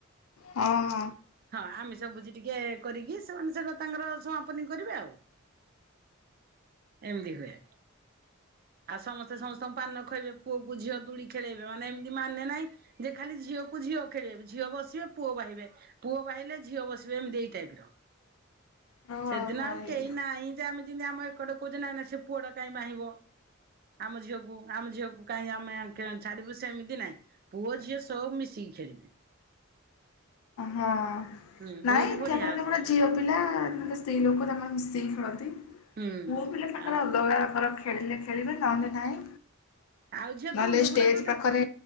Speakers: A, on the left; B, on the right.
A: ହଁ।
B: ହଁ ଆମିଷ ଭୋଜି ଟିକେ କରିକି ସେମାନେ ସେଟା ତାଙ୍କର ସମାପନୀ କରିବେ ଆଉ ଏମିତି ହୁଏ ଆଉ ସମସ୍ତେ ସମସ୍ତଙ୍କୁ ପାନ ଖାଇବେ ପୁଅକୁ ଝିଅ ଦୋଳି ଖେଳେଇବେ ମାନେ ଏମିତି ମାନେ ନାହିଁ। ଯେ ଖାଲି ଝିଅକୁ ଝିଅ ଖେଳିଇବେ ଝିଅ ବସିବେ ପୁଅ ବାହିବେ। ପୁଅ ବାହିଲେ ଝିଅ ବସିବେ ଏମତି ଦି ଟାଇପ ର
A: ଓହୋ
B: ସେଦିନ
A: ହଇ
B: ଆଉ କେହି ନାହିଁ ଯେମେ ଯେମିତି ଆମ ଏଟେ କହୁଛ ନାଇଁ ନା ସେ ପୁଅଟା କାଇଁ ବାହିବ ଆମ ଝିଅକୁ ଆମ ଝିଅକୁ କାଇହିଁ ଆମେ ଛାଡିବୁ ସେମିତି ନାଇଁ ପୁଅ ଝିଅ ସବୁ ମିଶିକି ଖେଳିବେ।
A: ହଁ
B: ହୁଁ
A: ନାଇଁ
B: ବହୁତ
A: ଏଠି
B: ବଢିଆ
A: ଆପଣ
B: ହଉଛି।
A: କେବଳ ଝିଅ ପିଲା ମାନେ ସ୍ତ୍ରୀ ଲୋକ ତାଙ୍କର ମିଶିକି ଖେଳନ୍ତି ପୁଅ
B: ହୁଁ
A: ପିଲା ତାଙ୍କର
B: ଆଉ
A: ଅଲଗା ତାର ଖେଳିଲେ ଖେଳିବେ ନହେଲେ ନାହିଁ।
B: ଆଉ ଝିଅ
A: ନହେଲେ
B: ଦୋଳି
A: ଷ୍ଟେଜ
B: ଗୁଡା ତ
A: ପାଖରେ
B: ଦେଖି